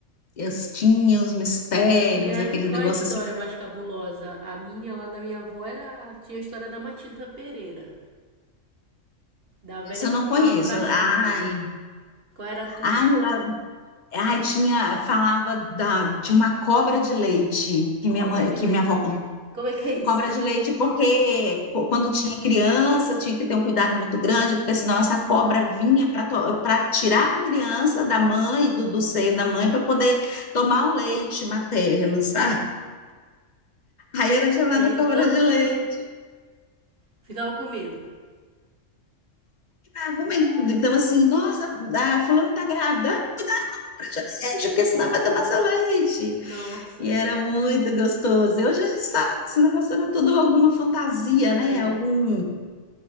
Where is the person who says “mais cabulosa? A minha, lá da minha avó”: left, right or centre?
Right